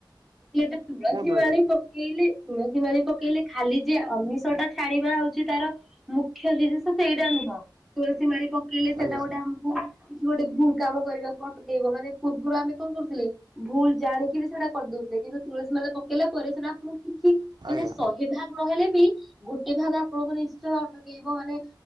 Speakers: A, in the centre; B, on the right.
A: ପଟ ତୁଳସସି
B: କୁହନ୍ତୁ
A: ମାଣି
B: ଆଜ୍ଞା।
A: ପକ ବୋଲି। ତୁମ କିମାର ପକେଇଲେ ଖାଲି ଯେ ଅମିଷ ଟା ଛାଡିବା ହଉଛି ତାର। ମୁଖ୍ୟ ଜିନିଷ ସେଇଟା ନୁହଁ ତୁଳସୀ ମାଳି ପକେଇଲେ ସେଇଟା
B: ଆଜ୍ଞା
A: ଗୋଟେ ଆମକୁ କିଛି ଗୋଟେ ଭୁଲ କାମ କରିବାକୁ ଅଟକେଇବ ମାନେ ପୂର୍ବରୁ ଆମେ କଣ କରୁଥିଲେ? ଭୁଲ ଜାଣିକି ବି ସେଇଟା କରିଦଉଛି। କିନ୍ତୁ ତୁଳସୀ ମାଲା ପକେଇଲା ପରେ ସେଟା ଆପଣଙ୍କୁ କିଛି ମାନେ
B: ଆଜ୍ଞା
A: ଶହେ ଭାଗ ନହେଲେ ବି ଗୋଟେ ଭାଗ ଆପଣଙ୍କୁ ନିଶ୍ଚୟ ଅଟକେଇବ ମାନେ